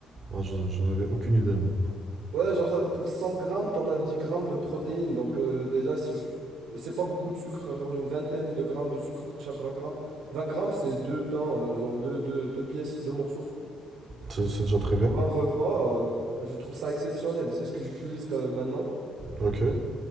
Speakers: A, on the right; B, on the right.
A: Ah, je- j'en avais aucune idée. moi.
B: Ouais, genre euh, pour 100 grammes, t'en as 10 grammes de protéines. Donc euh, déjà, si je- c'est pas beaucoup de sucre, hein, genre une vingtaine de grammes de sucre pour chaque 20 grammes. 20 grammes, c'est deux pains, euh, genre deux, deux, deux pièces, deux morceaux.
A: C'est c'est déjà très bien.
B: Pour un repas, euh, je trouve ça exceptionnel. C'est ce que j'utilise quand- maintenant.
A: Ok.